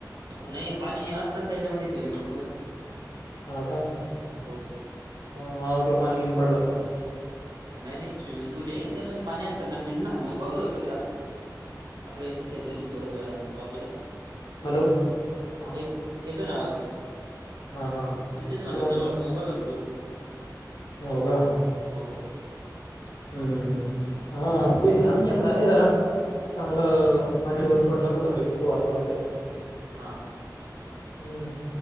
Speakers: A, on the right; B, on the left.
A: नाही पाणी असतं ना त्याच्यामध्ये स्विमिंग पूल मध्ये
B: हा का
A: हो
B: मला वाटलं पाणी, बिनी पडल का काय
A: नाही, नाही स्विमिंग पूल आहे त्यामध्ये पाणी असतं कंटिन्यू ना मग बघत होत आपल्या याच्या शेजारीची थोडं घर बाजूला
B: हॅलो
A: हा येत येतोय ना आवाज
B: हा हा
A: इथंच म्हणलं
B: मला वाटलं
A: जवळ मु बगत होतो
B: हो का
A: हो
B: हम् हा ते आमच्याकडं आहे जरा चांगलं पानी र पडलं क भारी दिसत वातावरण ते
A: हा, हा
B: हम्म